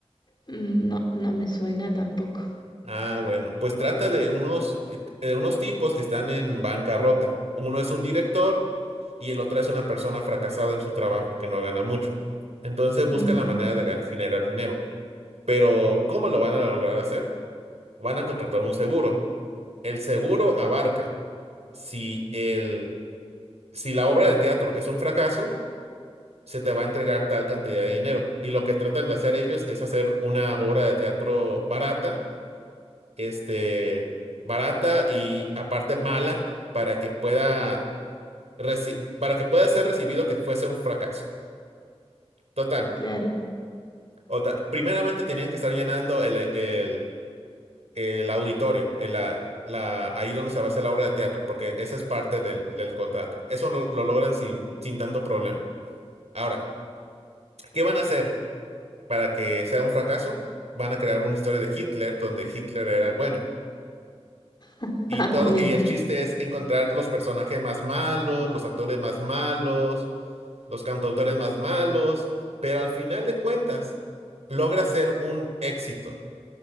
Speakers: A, on the left; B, on the right.
A: Mm, No, no me suena tampoco.
B: Ah, bueno, pues trata de unos eh, de unos tipos que están en bancarrota. Uno es un director y el otro es una persona fracasada en su trabajo que no gana mucho. Entonces buscan
A: Mm,
B: la manera de gan- generar dinero. Pero ¿cómo lo van a lograr hacer? Van a contratar un seguro. El seguro abarca si el, si la obra de teatro es un fracaso, se te va a entregar tal cantidad de dinero. Y lo que tratan de hacer ellos es hacer una obra de teatro barata, este, barata y aparte mala para que pueda reci- para que pueda ser recibido que fuese un fracaso. Total,
A: claro.
B: total. Primeramente tenían que estar llenando el, el- el auditorio, el- la, la- ahí donde se va a hacer la obra de teatro, porque esa es parte del, del contrato. Eso lo, lo logran sin, sin tanto problema. Ahora, ¿qué van a hacer para que sea un fracaso? Van a crear una historia de Hitler, donde Hitler era el bueno.
A: <laughs>
B: Y
A: Ah,
B: todo,
A: bien.
B: y el chiste es encontrar los personajes más malos, los actores más malos, los cantautores más malos, pero al final de cuentas logra ser un éxito.